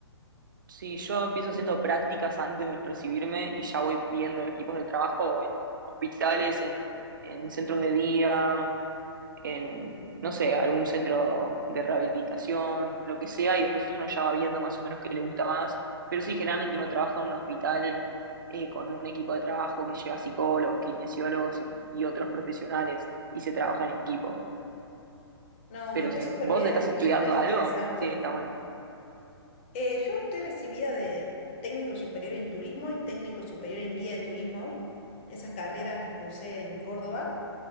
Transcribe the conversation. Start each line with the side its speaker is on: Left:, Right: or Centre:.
Right: Sí, yo empiezo haciendo prácticas antes de recibirme y ya voy viendo equipos de trabajo en hospitales, en, en centros de día, en, no sé, algún centro de rehabilitación, lo que sea, y después uno ya va viendo más o menos qué le gusta más. Pero sí, generalmente uno trabaja en un hospital eh, con un equipo de trabajo que lleva psicólogos, kinesiólogos y, y otros profesionales y se trabaja en equipo.
Left: No,
Right: Pero
Left: está
Right: sí,
Left: súper
Right: ¿vos
Left: bien,
Right: estás estudiando
Left: súper interesante.
Right: algo? Sí, está bueno.
Left: Eh, yo estoy recibida de técnico superior en turismo y técnico superior en guía de turismo. Esas carreras las cursé en Córdoba.